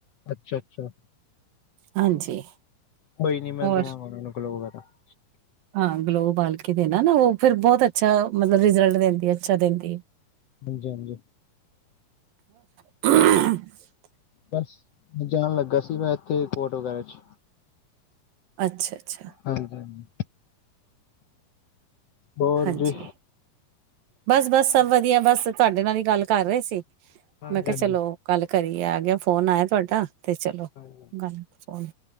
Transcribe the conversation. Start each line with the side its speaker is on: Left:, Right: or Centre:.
Left: ਅੱਛਾ ਅੱਛਾ
Right: ਹਾਂਜੀ
Left: ਕੋਈ ਨੀ ਮੈਂ
Right: ਔਰ
Left: ਦਵਾਂਗਾ ਉਨਾਂ ਨੂੰ ਗਲੋ ਵਗੈਰਾ। <inaudible>
Right: ਹਾਂ ਗਲੋ ਉਬਾਲ ਕੇ ਦੇਨਾ ਨਾ ਉਹ ਫੇਰ ਬਹੁਤ ਅੱਛਾ--ਮਤਲਬ ਰਿਜ਼ਲਟ ਦਿੰਦੀ ਏ ਅੱਛਾ ਦਿੰਦੀ ਏ।
Left: ਹਾਂਜੀ--ਹਾਂਜੀ।
Right: <unintelligible>
Left: ਬਸ । ਜਾਣ ਲੱਗਾ ਸੀ ਮੈਂ ਇਥੇ ਕੋਟ ਵਗੈਰਾ ਚ
Right: ਅੱਛਾ ਅੱਛਾ
Left: ਹਾਂਜੀ--ਹਾਂਜੀ। ਹੋਰ
Right: ਹਾਂਜੀ
Left: ਜੀ?
Right: ਬਸ ਬਸ ਸਭ ਵਧੀਆ ਬਸ ਤਾਂਢੇ ਨਾਲ ਈ ਗੱਲ ਕਰ ਰਏ ਸੀ।
Left: ਹਾਂਜੀ
Right: ਮੈਂ ਕਿਹਾ
Left: ਹਾਂਜੀ
Right: ਚਲੋ
Left: ਹਾਂਜੀ
Right: ਗੱਲ ਕਰੀ ਆ ਗਿਆ ਫੋਨ ਆਇਆ ਤੁਹਾਡਾ ਤੇ ਚਲੋ
Left: ਹਾਂਜੀ
Right: ਗੱਲ ਫੋਨ